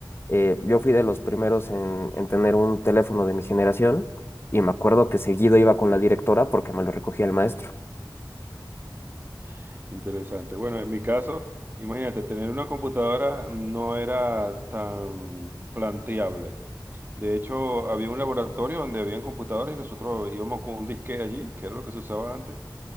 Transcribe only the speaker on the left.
eh, yo fui de los primeros en, en tener un teléfono de mi generación y me acuerdo que seguido iba con la directora porque me lo recogía el maestro.